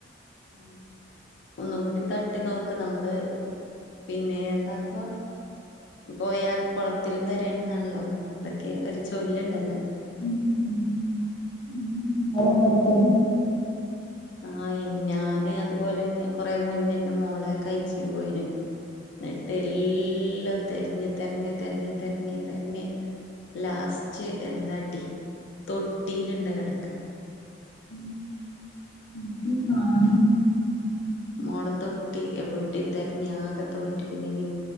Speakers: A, on the left; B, on the left.
A: ഉം ഒന്നുംകൂട്ടി തട്ടി നോക്ക് നമ്മള് പിന്നെ എന്താപ്പൊ പോയാല് കൊളത്തിലും തെരയണന്നാണല്ലോ എന്തൊക്കെ ഒരു ചൊല്ല് ഇണ്ടല്ലോ
B: ഉം ഉം
A: ആഹ് എൻ ഞാന് അതുപോലെ കൊറെ മുന്നെ എൻറെ മോളെ കയ്ച്ചെൻ പോയിന് ഇന്നട്ട് എല്ലോ തെര്ഞ്ഞ് തെര്ഞ്ഞ് തെര്ഞ്ഞ് തെര്ഞ്ഞ് തെര്ഞ്ഞ് ലാസ്റ്റ് എന്താ ട്ടീ തൊട്ടീല്ണ്ട് കെടക്ക്ണ്
B: <unintelligible>
A: മോൾ തൊട്ടി എവിടിം തെര്ഞ്ഞ് ആകെ തോറ്റ് പിന്നെനി